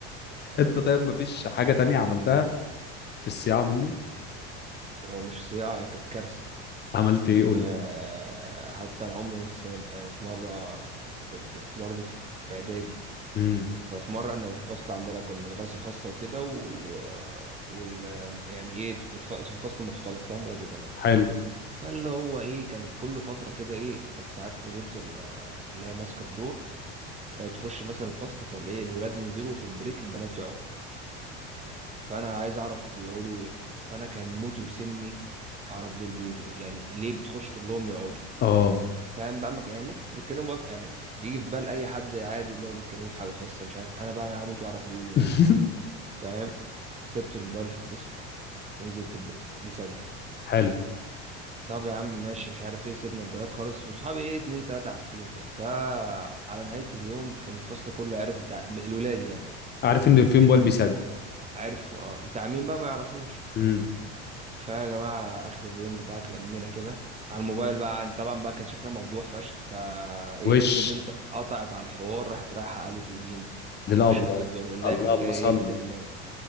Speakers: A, on the left; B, on the right.
A: انت طيب
B: <laughs>
A: ما فيش حاجه تانية عملتها في الصياعه منه
B: هو مش صياعة هي كانت كارثة
A: عملت ايه قول
B: آه،
A: لي
B: حتى انا عمري س- يعني في مره في- كنت في برضه في في اعدادي
A: امم
B: ففي مره احنا الفصل عندنا كنا مدرسه خاصه وكده و... وال يعني ايه الف- الفصل مختلط فاهم ولاد وبنات
A: حلو
B: فاللي هو ايه كان كل فتره كده ايه كانت ساعات مديره ال- اللي هي ماسكه الدور آه، تخش مثلا الفصل فالاقي الولاد ينزلوا في البريك البنات يقعدوا فانا عايز اعرف بيقولوا ايه فانا كان موتي وسمي اعرف دول بيوتوا يعني ليه بتخش تقول لهم يقعدوا
A: اه
B: فاهم بقى مك- يعني ممكن بيتكلموا بقى في يعني يجي في بال اي حد عادي اللي هو بيتكلموا في حاجه خاصه مش عارف انا بقى انا هموت واعرف بيقولوا ايه
A: <laughs>
B: فاهم سبت الموبايل في الديسك ونزلت البريك بيسجل
A: حلو
B: طب يا عم ماشي مش عارف ايه سيبنا الموبايلات خالص واصحابي ايه اتنين تلاته عارفين كده فعلى نهايه اليوم كان الفصل كله عارف بتاع الولاد يعني
A: عارف ان في موبايل بيسجل
B: عرفوا اه بتاع مين بقى ما يعرفوش
A: امم
B: فيا جماعة آخر اليوم بتاع اتلمينا كده على الموبايل بقى طبعا بقى كان شكلها مفضوح فشخ فا إيه
A: وش
B: في بنت قطعت على الحوار راحت رايحة قالت لمين
A: للابله
B: ومش شفت الدور اللي
A: اللهم
B: هي كانت جاية
A: صل
B: إيه بتكلمه